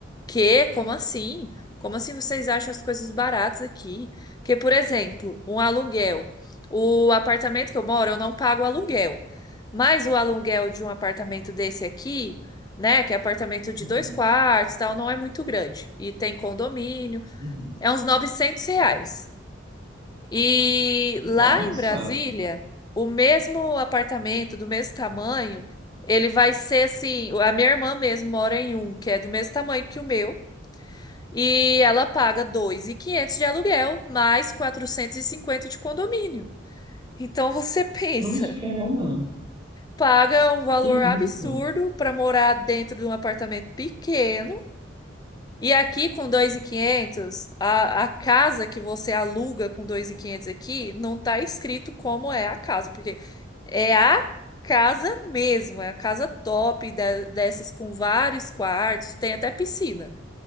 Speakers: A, on the left; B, on the right.
A: Quê? Como assim? Como assim vocês acham as coisas baratas aqui? Porque, por exemplo, um aluguel. O apartamento que eu moro, eu não pago aluguel. Mas o aluguel de um apartamento desse aqui, né, que é apartamento de
B: Uhum,
A: dois quartos, tal, não é muito grande. E tem condomínio,
B: uhum.
A: é uns 900 reais. E
B: Nossa,
A: lá em Brasília, o mesmo apartamento, do mesmo tamanho, ele vai ser assim. A minha irmã mesmo mora em um, que é do mesmo tamanho que o meu. E ela paga 2.500 de aluguel, mais 450 de condomínio. Então você <laughs> pensa,
B: cruz credo.
A: paga um valor
B: Que isso?
A: absurdo para morar dentro de um apartamento pequeno. E aqui com 2.500, a, a casa que você aluga com 2.500 aqui não tá escrito como é a casa, porque é a casa mesmo, é a casa top da- dessas com vários quartos, tem até piscina.